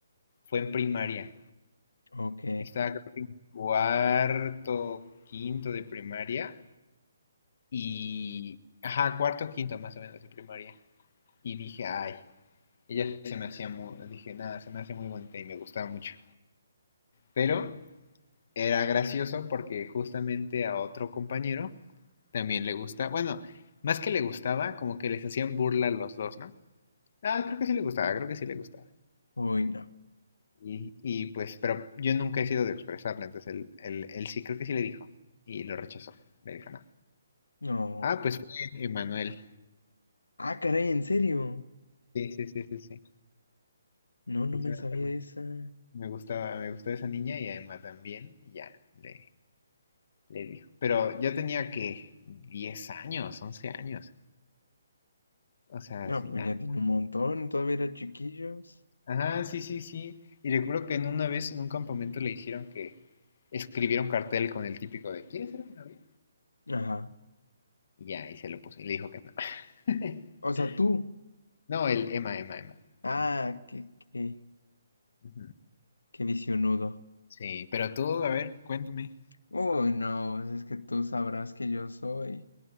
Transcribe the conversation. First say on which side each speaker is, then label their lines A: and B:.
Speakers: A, on the left (about 55°); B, on the left (about 85°).
A: fue en primaria.
B: Ok.
A: Estaba creo que en cuarto, quinto de primaria y, ajá, cuarto, quinto más o menos de primaria. Y dije, ay, ella se me hacía muy, dije, nada, se me hace muy bonita y me gustaba mucho. Pero era gracioso porque justamente a otro compañero también le gusta, bueno, más que le gustaba, como que les hacían burla a los dos, ¿no? Ah, creo que sí le gustaba, creo que sí le gustaba.
B: Uy, no.
A: Y, y pues, pero yo nunca he sido de expresarle, entonces él, él, él sí, creo que sí le dijo y lo rechazó, le dijo no.
B: No.
A: Ah, pues fue Emanuel.
B: Ah, caray, ¿en serio?
A: Sí, sí, sí, sí, sí.
B: No, no
A: Sí,
B: me
A: sí me
B: sabía
A: acuerdo.
B: esa.
A: Me gustaba, me gustaba esa niña y además también, y ya, le, le dijo. Pero yo tenía que 10 años, 11 años. O sea,
B: No,
A: sí,
B: pues
A: nada,
B: ya tiene un montón, todavía era chiquillos.
A: Ajá, sí, sí, sí. Y recuerdo que en una vez en un campamento le dijeron que escribiera un cartel con el típico de ¿Quieres ser mi novia?
B: Ajá.
A: Y ya, y se lo puso. Y le dijo que no. <laughs>
B: O sea, tú.
A: No, el Emma, Emma, Emma.
B: Ah,
A: Emanuel.
B: qué, qué,
A: Ujú.
B: qué visionudo.
A: Sí, pero tú, a ver, cuéntame.
B: Uy, no, pues es que tú sabrás que yo soy,